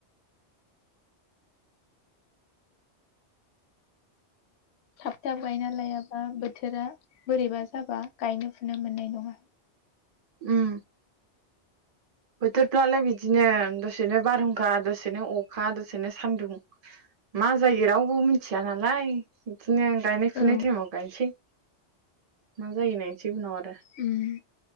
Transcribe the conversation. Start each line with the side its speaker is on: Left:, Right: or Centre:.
Left: थाब थाब गायना लायाबा बोथोरा बोरैबा जाबा गायनो फुनो मोननाय नङा।
Right: उम बोथोरफ्रालाय बिदिनो दसेनो बारहुंखा दसेनो अखा दसेनो सान्दुं मा जायो रावबो मिथिया नालाय। दिनो गायनाय फुनाय
Left: औ
Right: टाइमाव गायसै। मा जायो नायसै उनाव आथ
Left: उम